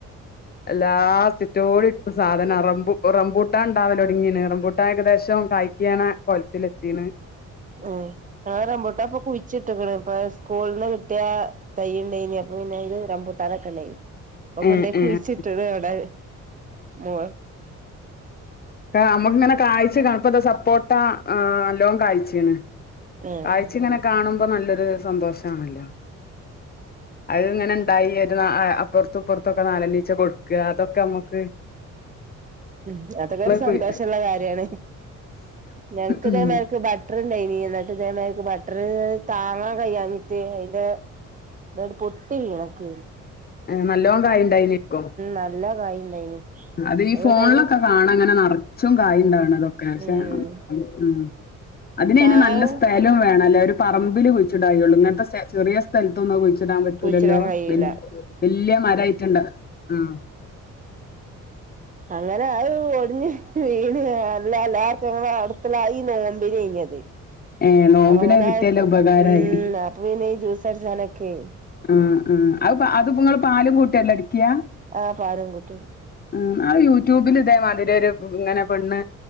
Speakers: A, on the left (about 30°); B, on the right (about 25°).
A: എല്ലാ ചിറ്റോടി സാധനംറ റമ്പൂട്ടാ ഉണ്ടാവലൂ ഒടുങ്ങിെ റമ്പൂട്ട കട്ട ഏകദേശം കായ്യാണ് കൊലത്തില എത്തിന്
B: മ്മ് ആഞറമ്പോട്ട അപ്പൊ കുിച്ചിട്ടക്കണേപ്പ സ്കൂള് കുട്ട തൈയ്ണ്ടായിനി അപ്പ പിന്നെ ഇത് രാംപൂട്ടരൊക്കെ ഉണ്ടായിരുന്നു കൊണ്ടേ
A: ഏഹ്
B: കുഴിച്ചിട്ടത്
A: ഏഹ്
B: അവിടെ മോ
A: നമ്മുക്കിങ്ങനെ കാഴ്ച കാണുപ്പ ഇത സപ്പോട്ട അല്ലോം കാഴ്ചയാണ്
B: ഏഹ്
A: കാഴ്ച ഇങ്ങനെ കാണുമ്പോ നല്ലൊരു സന്തോഷമാണല്ലോ അത് ഇങ്ങനെ ഉണ്ടായി ഒരു അപ്പുറത്തുംപ്പുറത്തൊക്കെ നാലണ്ഈച്ച കൊടുക്കുക അതൊക്കെ നമുക്ക്
B: ഉ അതൊക്കെ ഒരു സന്തോഷമുള്ള
A: കുയ്
B: കാര്യാണ് ഞങ്ങക്ക്തക്ക്
A: ഉം
B: ബട്ട് ബട്ടർണ്ടായി നീ എന്നിട്ട് ഇതേമാക്ക് ബട്ടർ താങ്ങാൻ കഴിയാഞ്ഞിട്ട് അതിന്റെ എന്നട് പൊട്ടി വീണക്ക
A: നല്ലോൺ കായണ്ടായിക്ക
B: നല്ല കായ് ഉണ്ടായിനി
A: അത് ഈ
B: ഞങ്ങള്
A: ഫോണില
B: ടൈമ്
A: കാണ അങ്ങനെ നിറച്ചും കായ ഉണ്ടാവണം അതൊക്കെ പക്ഷെ
B: ഉം
A: ഉ അതിനന്
B: താഴെ
A: നല്ല സ്ഥലം വേണം അല്ലേ ഒരു പറമ്പിൽ കുഴിച്ചിടായുള്ളൂ ഇങ്ങനത്തെ ചെറിയ സ്ഥലത്തൊന്ന ടാൻ പറ്റൂലല്ലോ
B: കുഴിച്ചിടാൻ കഴിയൂല
A: വല്യ മരയിട്ടുണ്ട് ആഹ്
B: അങ്ങനെയായി ഒടിഞ്ഞ് <unintelligible>
A: ഏ നോമ്പിന്
B: അത് അങ്ങനെ
A: കിട്ടിയല്ലോ ഉപകാരായി
B: ഉം അപ്പൊ പിന്നെ ജൂസർച്ചാനകായ്
A: മ്മ് മ്മ് അ അത്ങ്ങള്ൾ പാലും കൂട്ടിയല്ലോ അടക്കിയ
B: ആഹ് പാലും കൂട്ടി
A: ഉം ആ യൂട്യൂബിൽ ഇതേമാതിരിരു ഇങ്ങനെ പെണ്ണ്